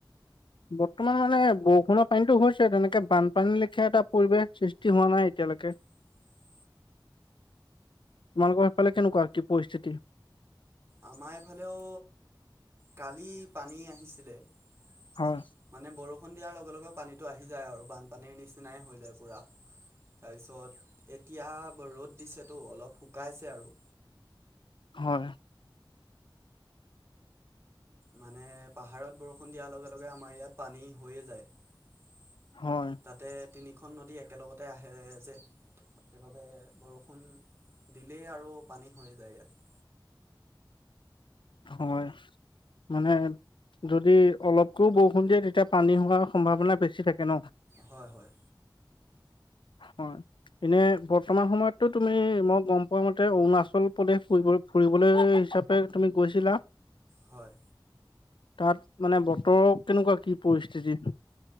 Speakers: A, on the left; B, on the right.
A: বৰ্তমান মানে বৰষুণৰ পানীতটো হৈছে, তেনেকে বানপানী লৈকে এটা পৰিৱেশ সৃষ্টি হোৱা নাই এতিয়া এতিয়ালৈকে
B: উ <inaudible>
A: তোমালোকৰ সেইফালে কেনেকুৱা কি পৰিস্থিতি?
B: আমাৰ এইফালেও কালি পানী আহিছিলে। মানে
A: হয়,
B: বৰষুণ দিয়াৰ লগে লগে পানীতো আহি যায় আৰু বান পানীৰ নিচিনাই হৈ যায় পুৰা। তাৰপিছত এতিয়া ৰ'দ দিছেতো অলপ শুকাইছে আৰু।
A: হয়।
B: মানে পাহাৰত বৰষুণ দিয়াৰ লগে লগে আমাৰ ইয়াত পানী হৈয়ে যায়।
A: হয়,
B: তাতে তিনিখন নদী একেলগতে আহে যে। সেইবাবে বৰষুণ দিলেই আৰু পানী হৈ যায় ইয়াত। <inaudible>
A: হয়। মানে যদি অলপকৈও বৰষুণ দিয়ে তেতিয়া পানী হোৱাৰ সম্ভাৱনা বেছি থাকে ন।
B: হয় হয়।
A: হয়। এনে বৰ্তমান সময়তো তুমি মই গম পোৱা মতে অৰুণাচল প্ৰদেশ ফুৰিব ফুৰিবলৈ হিচাপে তুমি গৈছিলা।
B: হয়।
A: তাত মানে বতৰৰ কেনেকুৱা কি পৰিস্থিতি